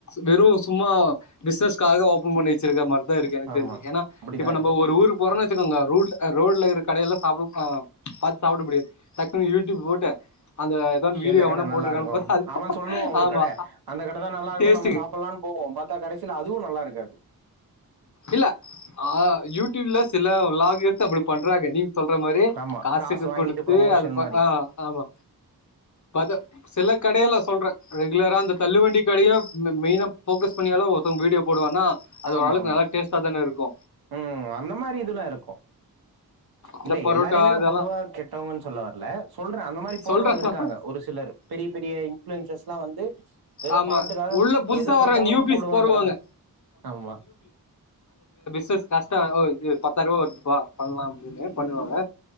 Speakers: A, on the left; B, on the right.
A: வெறு சும்மா பிஸ்னஸ்க்காக ஓபன் பண்ணி ருக்க மாரிதா இருக்கு எனக்கு தெரிஞ்சு
B: ஆமா
A: ஏனா
B: அப்டிதா
A: இப்ப நம்போ
B: இருக்கு
A: ஒரு ஊக் போறோன்னு வச்சிகோங்க ரூட் ரோட்ல இருக்க கடையெல்லா சாப்பு பாத் சாப்புடுட முடியாது டக்குன்னு யூடியூப் போட்டு அந்த ஏதோ வீடியோ
B: எந்த
A: எவனும்
B: கட நல்லாருக்கு
A: போட்டிருக்கான்னு பார்த்தா அது
B: அவன் சொல்லுவா ஒரு
A: ஆமா
B: கட அந்த கடதா நல்லாருக்குன்னு
A: டேஸ்ட்டுக்கு
B: நம்ம சாப்புட்லான் போவோ பாத்தா கடைசில அதுவு நல்லா இருக்காது
A: இல்ல ஆ யூடியூப்ல சில லாக்கேர்ஸ் தா அப்டி பண் றாங்க நீங்க சொல்ற மாரி
B: ஆமா
A: காசுக்கு
B: காசு வாங்கிட்டு
A: குடுத்து
B: ப்ரொமோஷன்
A: அதுப்பா
B: மாரி
A: ஆ ஆமா பாத்தா சிலக் கடையல சொல்ற ரெகுலரா அந்த தள்ளு வண்டி கடைய மெ மெய்னா போகஸ் <unintelligible> ஒருத்தங் வீடியோ போடுவான்னா அது
B: ஆமா
A: ஒரு ஆளுக்கு
B: ஆமா
A: நல்லா எத்தன இருக்கோ
B: ம் அந்த மாரி இதெல்லா இருக்கு
A: இந்த
B: இல்ல
A: பரோட்டா
B: எல்லாரையுமே நா
A: இதெல்லா
B: பொதுவா கெட்டவங்கன்னு சொல்ல வரல சொல்ற அந்த மாரி போட்றவங்க
A: சொல்றே
B: இருக்காங்க ஒரு சிலர் பெரிய பெரி <unintelligible> இன்ஃப்ளுவன்சர்லா வந்து வெறு
A: ஆமா
B: பணத்துக்காக
A: உள்ள புதுசா
B: எது குடுத்தாலு
A: வர நியூபீஸ்
B: போடுவன்றவங்
A: போடுவாங்க
B: ஆமா
A: சஸ் ஃபாஸ்ட்டா ஒ இது பத்தாயிரருவா வருதுப்பா பண்ணலா அப்டின்னு பண்ணுவாங்க